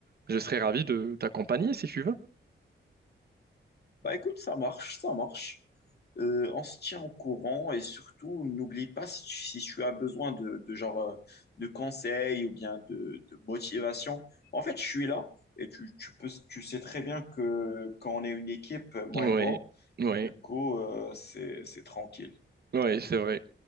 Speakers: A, on the right (about 50°); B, on the left (about 50°).
A: Je serais ravi de t'accompagner si tu veux.
B: Bah écoute, ça marche, ça marche. Euh, on se tient au courant et surtout, n'oublie pas si tu, si tu as besoin de, de genre euh, de conseils ou bien de, de motivation. En fait, je suis là et tu, tu peux, tu sais très bien que quand on est une équipe, moi
A: Oui,
B: et toi,
A: oui,
B: du coup, euh, c'est, c'est tranquille.
A: oui, c'est vrai.